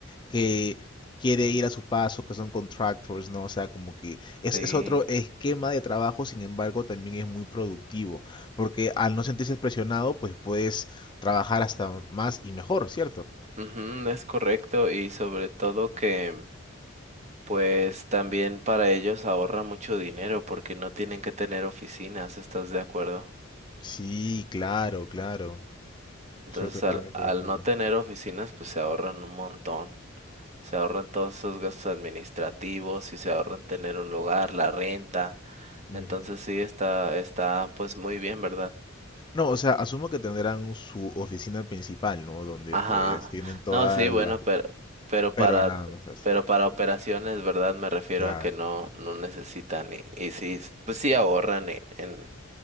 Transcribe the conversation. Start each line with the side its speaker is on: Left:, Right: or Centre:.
Left: que quiere ir a su paso, que son contractors, ¿no? O sea, como que es,
Right: sí,
Left: es otro esquema de trabajo, sin embargo, también es muy productivo, porque al no sentirse presionado, pues puedes trabajar hasta más y mejor, ¿cierto?
Right: ujú, es correcto y sobre todo que pues también para ellos ahorra mucho dinero porque no tienen que tener oficinas, ¿estás de acuerdo?
Left: Sí, claro, claro.
Right: Entonces
Left: Estoy totalmente
Right: al, al
Left: de acuerdo.
Right: no tener oficinas pues se ahorran un montón, se ahorran todos esos gastos administrativos y se ahorran tener un lugar, la renta,
Left: Ujú.
Right: entonces sí está, está pues muy bien, ¿verdad?
Left: No, o sea, asumo que tendrán su oficina principal, ¿no? Donde
Right: Ajá.
Left: pues tienen todas
Right: No, sí, bueno,
Left: las...
Right: pero, pero
Left: Pero
Right: para,
Left: nada más así.
Right: pero para operaciones, ¿verdad? Me refiero
Left: Claro.
Right: a que no, no necesitan y, y sí, pues sí ahorran en, en,